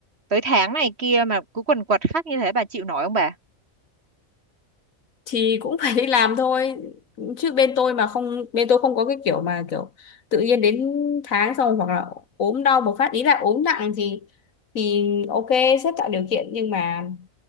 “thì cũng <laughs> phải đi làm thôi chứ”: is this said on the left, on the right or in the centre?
Left